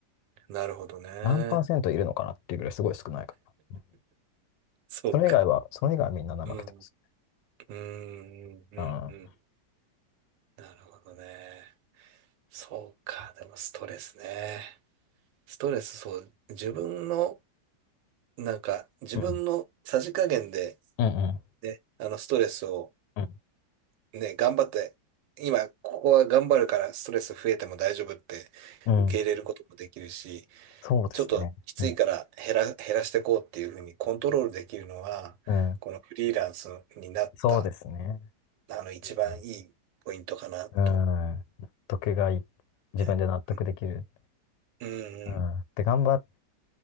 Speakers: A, on the right; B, on the left.
A: なるほどね。
B: 何パーセントいるのかなっていうぐらいすごい少ないかな。うん
A: そうか。
B: それ以外は、それ以外はみんな怠けてます。
A: うん。うん。うん。うん。
B: うん。
A: うんなるほどね。そうか。でもストレスね。ストレス、そう。自分の、なんか、自分のさじ加減で、
B: うん。うん。うん。
A: ね、あの、ストレスを
B: うん。
A: ね、頑張って、今、ここは頑張るからストレス増えても大丈夫って受け入れることもできるし、
B: うんそうですね。
A: ちょっときついから減ら、
B: うん。
A: 減らしていこうっていうふうにコントロールできるのは、
B: うん。
A: このフリーランスになった、
B: そうですね。
A: あの、一番いいポイントかなと。
B: うん。うん納得がい、自分で納得できる。
A: ねうん、うんうん
B: うん。で、頑張っ、